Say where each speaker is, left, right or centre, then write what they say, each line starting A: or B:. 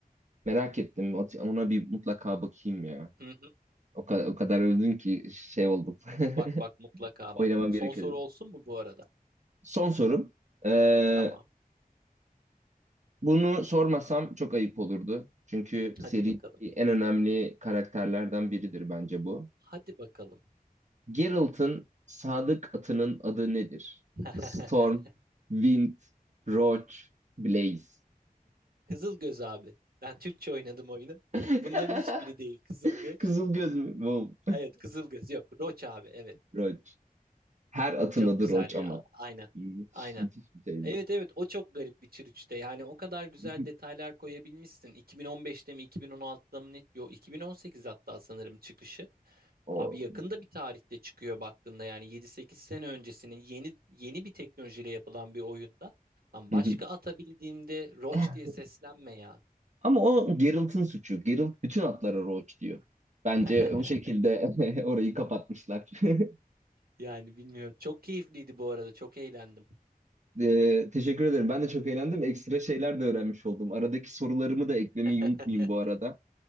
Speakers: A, on the right; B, on the right.
A: Merak ettim. Ona bir mutlaka bakayım ya.
B: Hı hı.
A: O kadar, o kadar övdün ki şey oldum.
B: Bak
A: <laughs>
B: bak mutlaka
A: Oynamam
B: bak. Son
A: gerekiyor.
B: soru olsun mu bu arada?
A: Son sorum. Ee,
B: Tamam.
A: Bunu sormasam çok ayıp olurdu. Çünkü seri
B: Hadi bakalım.
A: en önemli karakterlerden biridir bence bu.
B: Hadi bakalım.
A: Geralt'ın sadık atının adı nedir?
B: <laughs>
A: Storm, Wind, Roach, Blaze.
B: Kızılgöz abi. Ben Türkçe oynadım oyunu.
A: <laughs>
B: <laughs> Bunların hiçbiri değil. Kızılgöz.
A: Kızıl göz mü? Wow.
B: Evet, Kızılgöz. Yok, Roç abi. Evet.
A: Roach. Her atın
B: Çok
A: adı
B: güzel
A: Roach
B: ya.
A: ama.
B: Aynen.
A: Müthiş,
B: Aynen.
A: müthiş bir şeydi.
B: Evet evet o çok garip bir çürüçte. Yani o kadar güzel
A: <laughs>
B: detaylar koyabilmişsin. 2015'te mi 2016'da mı ne? Yok 2018 hatta sanırım çıkışı.
A: O.
B: Abi yakında bir tarihte çıkıyor baktığında yani 7-8 sene öncesinin yeni yeni bir teknolojiyle yapılan bir oyunda. Lan başka
A: Hı hı.
B: atabildiğinde Roach
A: <laughs>
B: diye seslenme ya.
A: Ama o Geralt'ın suçu. Geralt bütün atlara Roach diyor. Bence
B: <laughs>
A: o şekilde <laughs> orayı kapatmışlar. <laughs>
B: Yani bilmiyorum. Çok keyifliydi bu arada. Çok eğlendim.
A: Ee, teşekkür ederim. Ben de çok eğlendim. Ekstra şeyler de öğrenmiş oldum. Aradaki sorularımı da eklemeyi
B: <laughs>
A: unutmayayım bu arada.